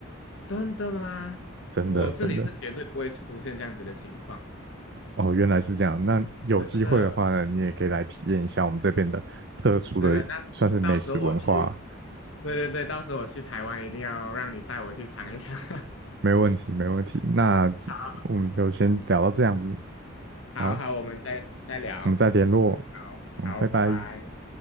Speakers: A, on the left; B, on the right.
A: 真的吗？
B: 真的真的
A: 我这里是绝对不会出现这样子的情况，
B: 哦，原来是这样。那有机会的话呢，
A: 真的，
B: 你也可以来体验一下我们这边的特殊的算是美食文化
A: 真的。那到时候我去，对对对，到时候我去台湾一定要让你带我去尝一尝。<laughs>
B: 没问题，没问题。那这我们就先聊到这样子，
A: 好。好好，
B: 好，
A: 我们再再聊。
B: 我们再联络，
A: 好，
B: 嗯，
A: 好，
B: 拜拜。
A: 拜拜。